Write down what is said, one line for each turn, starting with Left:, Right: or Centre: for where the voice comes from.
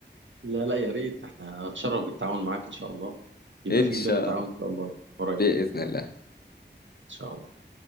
Right: لا لا يا ريت احنا هتشرف بالتعاون معاك ان شاء الله يبقى
Left: ان
Right: في
Left: شاء
Right: بينا تعاون
Left: الله
Right: ان شاء الله قريب
Left: بإذن الله
Right: ان شاء الله